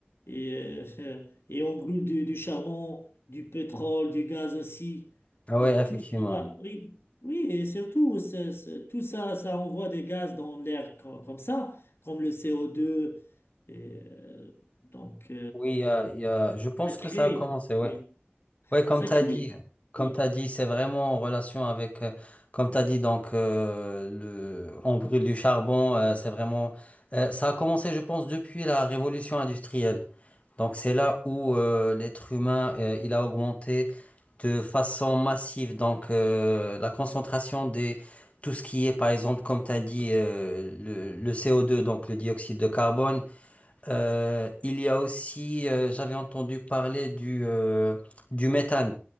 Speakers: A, on the left; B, on the left.
A: et, euh, <laughs> et on brûle du, du charbon, du pétrole, du gaz aussi.
B: Ah
A: Donc
B: ouais, effectivement.
A: tout ça, oui, oui, et surtout, c'est- c'est- tout ça, ça envoie des gaz dans l'air co- comme, ça, comme le CO2. Et, euh, donc,
B: Oui, il y a- il y a- je pense
A: ça crée,
B: que ça a commencé, ouais.
A: oui.
B: Ouais, comme
A: Ça
B: tu
A: crée,
B: as dit, comme
A: oui.
B: tu dit, c'est vraiment en relation avec, euh, comme tu as dit, donc, euh, le, on brûle du charbon, euh, c'est vraiment, euh, ça a commencé, je pense, depuis la révolution industrielle. Donc, c'est là où euh, l'être humain, euh, il a augmenté de façon massive. Donc, euh, la concentration des, tout ce qui est, par exemple, comme tu as dit, euh, le, le CO2, donc le dioxyde de carbone. Euh, il y a aussi, euh, j'avais entendu parler du, euh, du méthane.